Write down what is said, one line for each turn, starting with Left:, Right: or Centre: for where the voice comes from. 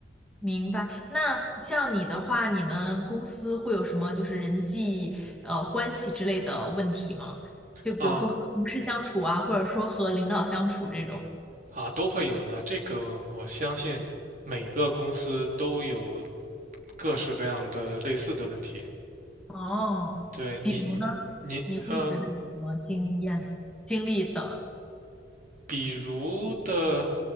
Centre: 明白。那像你的话，你们公司会有什么就是人际呃关系之类的问题吗？就比如说和同事相处啊，
Right: 啊
Centre: 或者说和领导相处这种。
Right: 啊，都会有的。这个我相信每个公司都有各式各样的类似的问题。
Centre: 哦，
Right: 对你你你嗯、
Centre: 比如呢，你会觉得有什么经验经历的？
Right: 比如的。